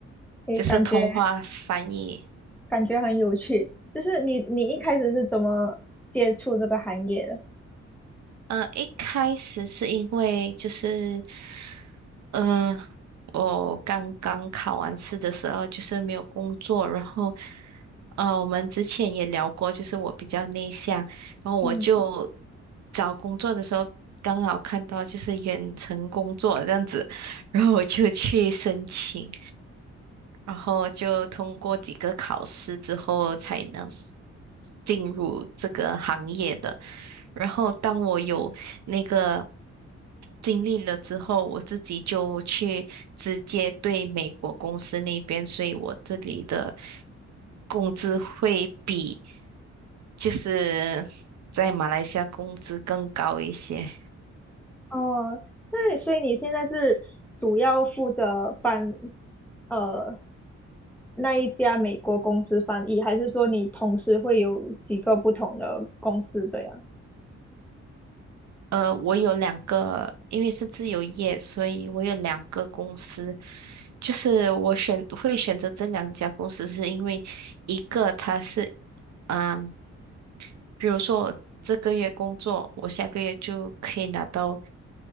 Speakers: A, in the centre; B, on the right (about 70°).
A: 诶，
B: 就是通话翻译。
A: 感觉感觉很有趣，就是你你一开始是怎么接触这个行业的？
B: 呃，一开始是因为就是嗯，我刚刚考完试的时候就是没有工作，然后，呃，我们之前也聊过，就是我比较内向，然后我就
A: 嗯，
B: 找工作的时候刚好看到就是远程工作这样子，然后我就去申请，然后就通过几个考试之后才能进入这个行业的。然后当我有那个经历了之后，我自己就去直接对美国公司那边，所以我这里的工资会比就是在马来西亚工资更高一些。
A: 哦，那所以你现在是主要负责帮呃那一家美国公司翻译，还是说你同时会有几个不同的公司这样？
B: 呃，我有两个，因为是自由业，所以我有两个公司。就是我选会选择这两家公司，是因为一个它是，嗯。比如说我这个月工作，我下个月就可以拿到，